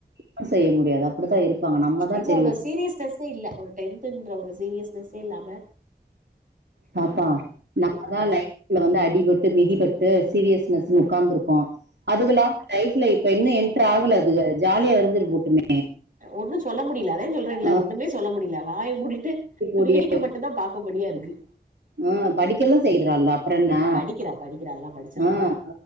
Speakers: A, on the right; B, on the right.
A: ஒன்னும் செய்ய முடியாது அப்டித்தான் இருப்பாங்க நம்ம தான்
B: இன்னு
A: சேரி
B: அந்த சீரியஸ்னஸ்ஸே இல்ல ஒரு டென் டென்த்ன்ற ஒரு சீரியஸ்னஸ்ஸே இல்லாம
A: பாப்பா நம்மதா
B: ஆ
A: லைஃப்ல வந்து அடிபட்டு மிதிபட்டு சீரியஸ்னஸ் உட்கார்ந்து இருக்கோ அதுகலா லைஃப்ல இப்ப இன்னு என்டர் ஆகல அதுக ஜாலியா இருந்து போட்டுமே
B: ஒன்னு சொல்ல முடியல அதான் சொல்றேன்ல
A: ஆ
B: ஒண்ணுமே சொல்ல முடியல வாய முடிட்டு
A: கூடிய
B: வேடிக்கை மட்டும் தா பாக்க படியா இருக்கு
A: ஆ படிக்கல்லா செய்றால அப்புற என்னா
B: படிக்கிறா படிக்கிறா அதெல்லா படிச்சிட்றா
A: ஆஹ்